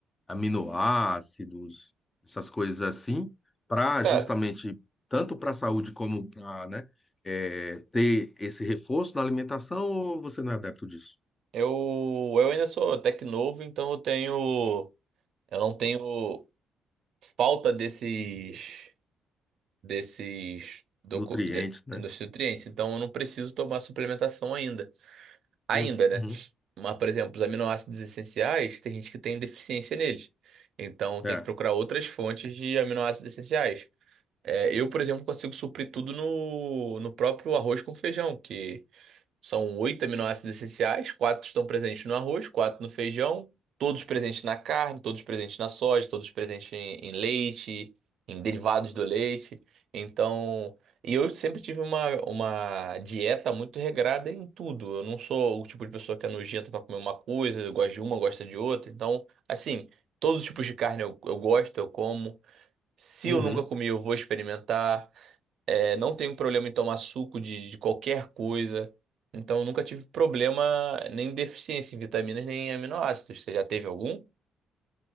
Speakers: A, on the left; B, on the right.
A: aminoácidos, essas coisas assim, para
B: Cara,
A: justamente, tanto para a saúde como para, né, é, ter esse reforço na alimentação, ou você não é adepto disso?
B: eu, eu ainda sou até que novo, então eu tenho. Eu não tenho falta desses desses docu-
A: Nutrientes,
B: de-
A: né?
B: dos nutrientes, então eu não preciso tomar suplementação ainda. Ainda,
A: Uhum.
B: né? Mas, por exemplo, os aminoácidos essenciais, tem gente que tem deficiência neles. Então tem
A: É.
B: que procurar outras fontes de aminoácidos essenciais. É, eu, por exemplo, consigo suprir tudo no, no próprio arroz com feijão, que são oito aminoácidos essenciais, quatro estão presentes no arroz, quatro no feijão, todos presentes na carne, todos presentes na soja, todos presentes em, em leite, em derivados do leite. Então, e eu sempre tive uma, uma dieta muito regrada em tudo. Eu não sou o tipo de pessoa que é nojenta para comer uma coisa, eu gosto de uma, gosto de outra. Então, assim, todos os tipos de carne eu, eu gosto, eu como. Se
A: Uhum.
B: eu nunca comi, eu vou experimentar. É, não tenho problema em tomar suco de, de qualquer coisa. Então, eu nunca tive problema nem deficiência em vitaminas nem em aminoácidos. Você já teve algum?